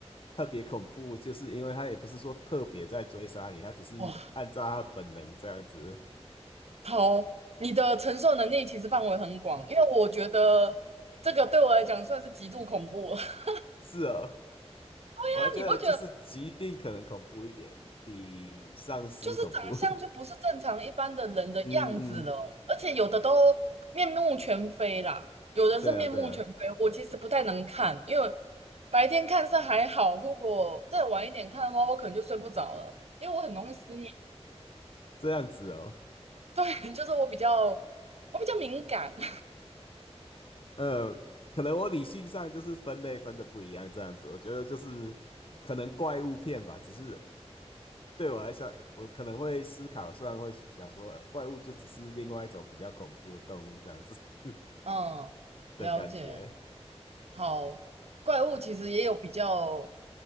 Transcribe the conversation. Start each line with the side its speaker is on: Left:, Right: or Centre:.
Left: 特别恐怖，就是因为他也不是说特别在追杀你，他只是按照他本能这样子。
Right: 哇，好，你的承受能力其实范围很广，因为我觉得这个对我来讲算是极度恐怖。<laughs>
Left: 是哦，
Right: 那你不觉得
Left: 我还觉得就是疾病可能恐怖一点，比丧尸恐怖。
Right: 就是长相就不是正常一般的人的样子了，
Left: <laughs> 嗯嗯，
Right: 而且有的都面目全非啦，有的是面目全非。
Left: 对啊对啊，
Right: 我其实不太能看，因为白天看是还好，如果再晚一点看的话，我可能就睡不着了，因为我很容易失眠。
Left: 这样子哦。
Right: <laughs> 对，就是我比较我比较敏感。<laughs>
Left: 呃，可能我理性上就是分类分的不一样，这样子，我觉得就是可能怪物片吧，只是对我来说，我可能会思考，虽然会想说，呃怪物就只是另外一种比较恐怖的动物这样子 <laughs>
Right: 嗯，了解。
Left: 的感觉。
Right: 好。怪物其实也有比较